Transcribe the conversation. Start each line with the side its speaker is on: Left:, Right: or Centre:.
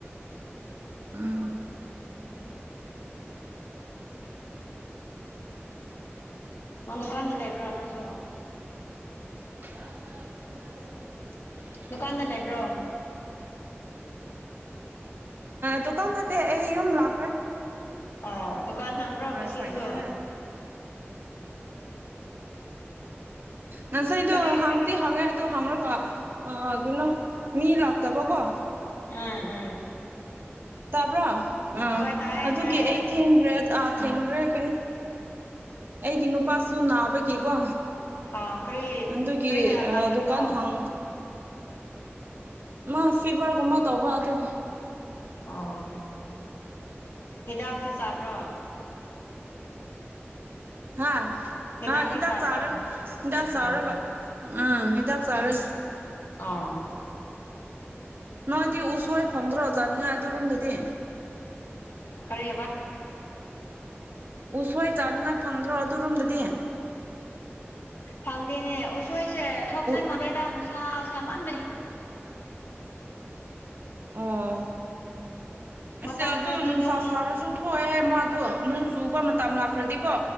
Right: ꯎꯝ
Left: ꯑ ꯗꯨꯀꯥꯟꯗ ꯂꯩꯕ꯭ꯔꯣ ꯅꯪꯁꯨ
Right: <unintelligible>
Left: ꯗꯨꯀꯥꯟꯗ ꯂꯩꯕ꯭ꯔꯣ
Right: ꯗꯨꯀꯥꯟ ꯅꯠꯇꯦ ꯑꯩ ꯌꯨꯝ ꯂꯥꯛꯈ꯭ꯔꯦ
Left: ꯑꯣ ꯗꯨꯀꯥꯟ ꯍꯥꯡꯕ꯭ꯔꯣ
Right: ꯑ
Left: ꯉꯁꯤꯁꯨ
Right: ꯉꯁꯤꯗꯨ
Left: ꯀꯔꯤ
Right: ꯍꯪꯗꯤ
Left: ꯀꯔꯤ
Right: ꯍꯪꯉꯦ ꯗꯨ ꯍꯪꯉꯒ ꯀꯩꯅꯣ ꯃꯤ ꯂꯥꯛꯇꯕꯀꯣ
Left: ꯎꯝ ꯎꯝ
Right: ꯇꯥꯕ꯭ꯔꯣ ꯎꯝ
Left: ꯍꯣꯏ ꯇꯥꯏꯌꯦ
Right: ꯑꯗꯨꯒꯤ
Left: ꯇꯥꯏꯌꯦ
Right: ꯑꯩ ꯊꯦꯡꯈ꯭ꯔꯦ ꯑꯥ ꯊꯦꯡꯈ꯭ꯔꯦ ꯀꯩꯅꯣ ꯑꯩꯒꯤ ꯅꯨꯄꯥꯁꯨ ꯅꯥꯕꯒꯤꯀꯣ
Left: ꯑꯥ ꯀꯔꯤ
Right: ꯑꯗꯨꯒꯤ
Left: ꯀꯔꯤꯅ ꯉꯝꯗꯕꯅꯣ
Right: ꯑ ꯗꯨꯀꯥꯟ ꯍꯥꯡ ꯃꯥ ꯐꯤꯚꯔꯒꯨꯝꯕ ꯇꯧꯕ ꯑꯗꯨꯒꯤ
Left: ꯑꯣ ꯍꯤꯗꯥꯛꯇꯤ ꯆꯥꯕ꯭ꯔꯣ
Right: ꯍꯥꯥ
Left: ꯍꯤꯗꯥꯛꯇꯤ
Right: ꯍꯥ ꯍꯤꯗꯥꯛ
Left: ꯆꯥꯕ꯭ꯔꯥ
Right: ꯆꯥꯔꯦ ꯍꯤꯗꯥꯛ ꯆꯥꯔꯒ
Left: ꯑꯥ
Right: ꯎꯝ ꯍꯤꯗꯥꯛ ꯆꯥꯔꯦ
Left: ꯑꯣ
Right: ꯅꯣꯏꯗꯤ ꯎꯁꯣꯏ ꯐꯪꯗ꯭ꯔꯣ ꯆꯥꯅꯤꯡꯉꯥꯏ ꯑꯗꯨꯔꯣꯝꯗꯗꯤ
Left: ꯀꯔꯤ ꯍꯥꯏꯕ
Right: ꯎꯁꯣꯏ ꯆꯥꯅꯤꯉꯥꯏ ꯐꯪꯗ꯭ꯔꯣ ꯑꯗꯨꯔꯣꯝꯗꯗꯤ
Left: ꯐꯪꯗꯦꯅꯦ ꯎꯁꯣꯏꯁꯦ ꯊꯣꯛꯅꯩ
Right: ꯎ
Left: ꯃꯗꯦꯗ ꯅꯨꯡꯁꯥ ꯁꯥꯝꯃꯟꯕꯩ
Right: ꯑꯣ ꯑꯁ
Left: ꯃꯇꯝ
Right: ꯑꯗꯨ
Left: ꯈꯔꯗꯤ
Right: ꯅꯨꯡꯁꯥ
Left: ꯅꯨꯡ
Right: ꯁꯥꯔꯁꯨ ꯊꯣꯛꯑꯣꯏꯑꯦ ꯍꯥꯏ ꯃꯗꯣ ꯅꯣꯡ ꯆꯨꯕ ꯃꯇꯝ ꯂꯥꯛꯈ꯭ꯔꯗꯤꯀꯣ